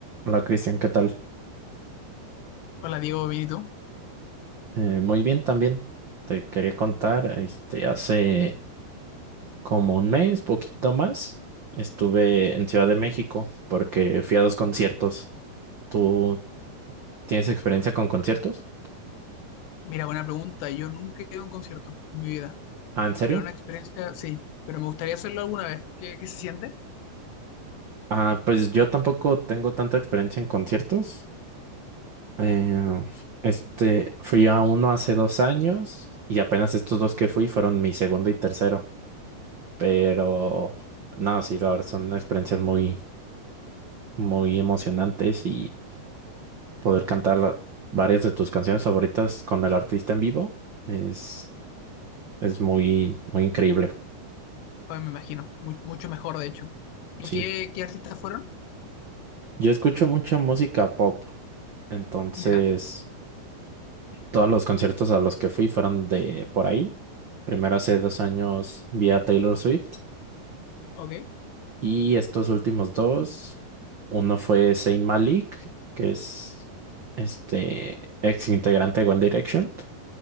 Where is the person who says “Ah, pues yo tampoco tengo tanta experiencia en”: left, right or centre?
Right